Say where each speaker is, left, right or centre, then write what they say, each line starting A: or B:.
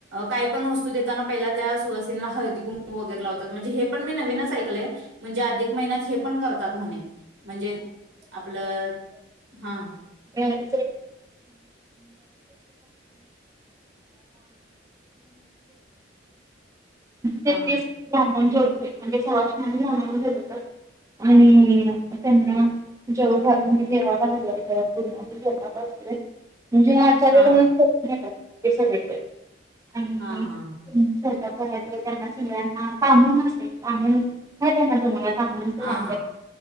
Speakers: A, on the right; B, on the right.
A: काही पण वस्तू देताना पहिला त्या सुवासिनीला हळदी, कुंकू वगैरे लावतात म्हणजे हे पण मी नवीनच ऐकलंय म्हणजे अधिक महिन्यात हे पण कर करतात म्हणे. म्हणजे आपलं हा.
B: <inaudible> तेच
A: हा
B: ते सांगून <inaudible> म्हणजे सुवासिनी <inaudible> आणि त्यांना जेवन म्हणजे देवाला पूर्ण जेवढा असतोय म्हणजे आचारी
A: हा
B: कडून करून घेतात. हे सगळे <unintelligible>
A: हा
B: स्वयंपाक
A: हा.
B: त्यांना सगळ्यांना काून न काून त्यांना तुम्हाला.
A: हा हा